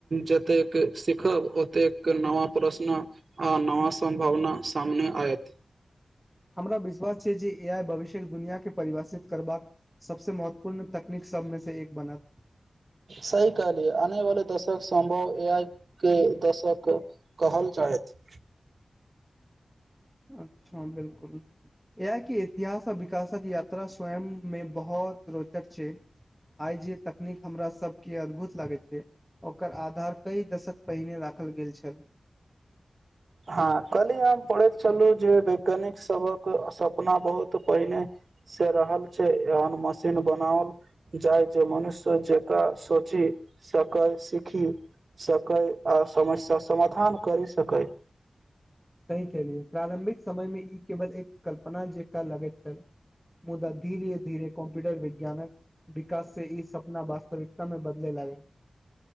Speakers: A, on the right (about 65°); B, in the centre.
A: जतेक सिखब ओतेक नवा प्रश्न, आ नवा सम्भावना सामने आयत।
B: हमरा विश्वास छै जे एआइ भविष्य दुनििया के परिभाषित करबाक सबसे महत्वपूर्ण तक- नीक सबमे से एक बनत
A: सही कहलियै। आने वाले दशक सम्भव ए आइ के दशक कहल जायत।
B: अच्छा बिलकुल। यैह कि इतिहास आ विकास क यात्रा स्वयंमे बहुत रोचक छै, आइ जे तकनीक हमरा सबके अद्भुत लागैत छै ओकर आधार कई दशक पहिने राखल गेल छल।
A: हां काल्हि हम पढ़ैत छलहुं जे वैज्ञानिक सबक सपना बहुत पहिने से रहल छै एहन मशीन बनाओल जाय जे मनुष्य जकरा सोचि सकै सीखि सकै आ समस्या समाधान करि सकै।
B: सही कहलियै। प्रारम्भिक समय मे इ केवल एक कल्पना जेकां लगैत छल मुदा धीरे धीरे कम्प्युटर विज्ञानक विकास से इ सपना वास्तविकता मे बदलय लागल।